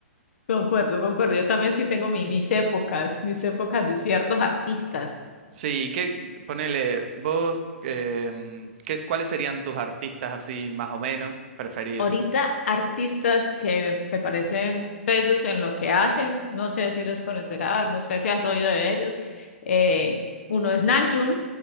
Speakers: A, on the left; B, on the right.
A: Concuerdo, concuerdo. Yo también sí tengo mi, mis épocas, mis épocas de ciertos artistas.
B: Sí, y qué, ponele, vos, em, ¿qué es- cuáles serían tus artistas así más o menos preferidos?
A: Ahorita artistas que me parecen tesos en lo que hacen, no sé si los conocerás, no sé si has oído de ellos. Eh, uno es Namjoon